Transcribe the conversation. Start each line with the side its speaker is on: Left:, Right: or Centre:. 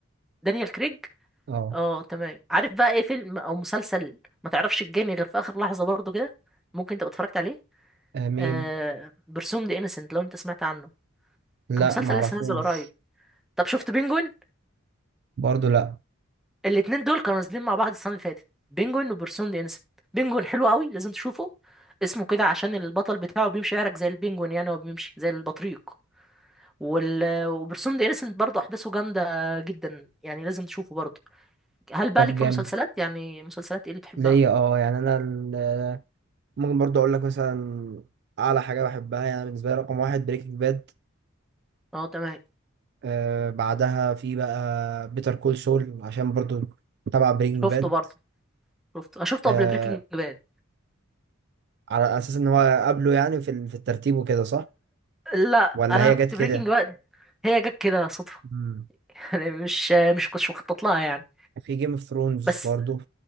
Centre: دانيال كريج
Right: اه
Centre: اه تمام عارف بقى ايه فيلم او مسلسل ما تعرفش الجاني غير في آخر لحظة برضه كده ممكن تبقى اتفرجت عليه
Right: آه، مين
Centre: آه... برسوم دي انسنت لو انت سمعت عنه
Right: لا
Centre: كان مسلسل
Right: معرفوش
Centre: لسه نازل قريب طب شفت بينجوين
Right: برضو لا
Centre: الاتنين دول كانوا نازلين مع بعض السنه اللي فاتت بينجوين وبرسون دي انسا بينجوين حلو قوي لازم تشوفه اسمه كده عشان البطل بتاعه بيمشي يعرج زي البينجوين يعني هو بيمشي زي البطريق وال... وبرسوم دي انسنت برضه احداثه جامده جدا يعني لازم تشوفه برضه هل بقى
Right: طب
Centre: لك
Right: جامد
Centre: في المسلسلات يعني مسلسلات ايه اللي بتحبها
Right: ليا اه يعني انا ال- ممكن برضو اقول لك مثلا اعلى حاجه بحبها يعني بالنسبه لي رقم واحد بريكنج باد
Centre: اه تمام
Right: آه بعدها في بقى بيتر كول سول عشان برضو تبع برينج
Centre: شفته
Right: باد
Centre: برضه شفته انا شفته
Right: آه
Centre: قبل بريكنج باد
Right: على اساس ان هو قبله يعني في ال- في الترتيب وكده صح
Centre: لا
Right: ولا
Centre: انا
Right: هي
Centre: كنت
Right: جت كده
Centre: بريكنج باد هي جت كده صدفه
Right: مم.
Centre: <laughs> يعني مش مش كنتش مخطط لها يعني
Right: في جيم اوف ثرونز
Centre: بس
Right: برضو